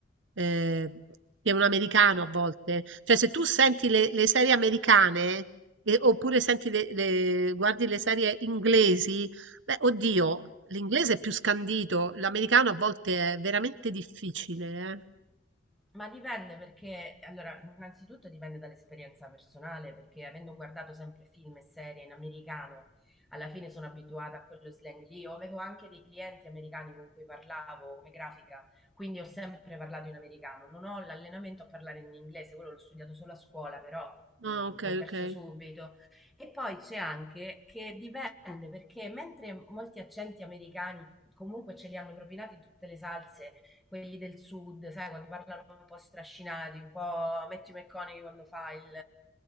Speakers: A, on the right; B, in the centre.
A: eh, che un americano a volte. Cioè, se tu senti le, le serie americane, e- oppure senti le, le- guardi le serie inglesi, beh, oddio, l'inglese è più scandito, l'americano a volte è veramente difficile, eh.
B: Ma dipende perché, allora, innanzitutto dipende dall'esperienza personale, perché avendo guardato sempre film e serie in americano, alla fine sono abituata a quello slang lì. Io avevo anche dei clienti americani con cui parlavo come grafica, quindi ho sempre parlato in americano. Non ho l'allenamento a parlare in inglese, quello l'ho studiato solo a scuola, però mh,
A: Ah, ok,
B: l'ho perso
A: ok.
B: subito. E poi c'è anche che dipende perché mentre molti accenti americani comunque ce li hanno propinati in tutte le salse quelli del sud, sai, quando parlano un po' strascinati, un po' Matthew McConaughey quando fa il,